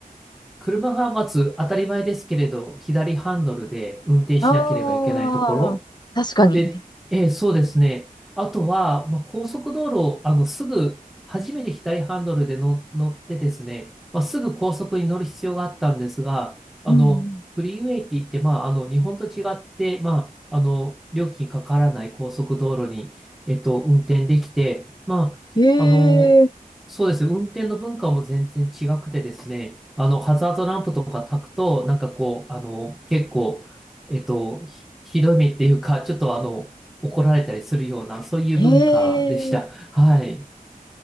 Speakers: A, in the centre; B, on the left (about 30°).
A: 車がまず当たり前ですけれど、左ハンドルで運転しなければいけないところ、
B: あー、確かに。
A: で、えーそうですね。あとは、まあ、高速道路、あの、すぐ、初めて左ハンドルでの乗ってですね、まあ、すぐ高速に乗る必要があったんですが、あの、
B: うん。
A: フリーウェイって言って、まあ、あの、日本と違って、まあ、あの、料金かからない高速道路に、えっと、運転できて、まあ、
B: へ
A: あの、
B: え、
A: そうですね運転の文化も全然違くてですね、あの、ハザードランプとか焚くと、なんかこう、あの、結構、えっと、ひどい目っていうか、ちょっとあの、怒られたりするような、そういう文化でした。
B: へえ、い
A: はい。